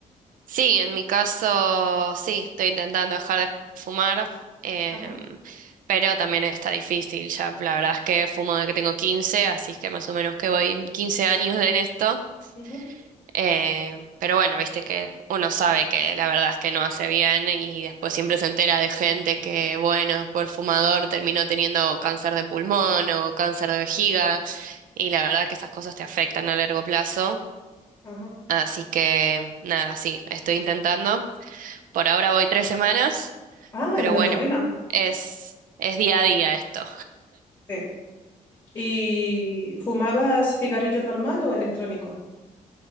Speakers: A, on the right; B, on the left.
A: sí, en mi caso sí, estoy intentando dejar de fumar, em,
B: Ajá.
A: pero también está difícil. Ya la verdad es que fumo desde que tengo quince así que más o menos que voy 15 años en esto.
B: ujú,
A: Eh, pero bueno, viste que uno sabe que la verdad es que no hace bien y después siempre se entera de gente que, bueno, por fumador terminó teniendo cáncer de pulmón o cáncer de vejiga y la verdad que esas cosas te afectan a largo plazo.
B: Ajá.
A: Así que nada, sí, estoy intentando. Por ahora voy tres semanas,
B: Ah,
A: pero
B: enhorabuena.
A: bueno, es, es día a día esto.
B: Sí. ¿Y fumabas cigarrillo normal o electrónico?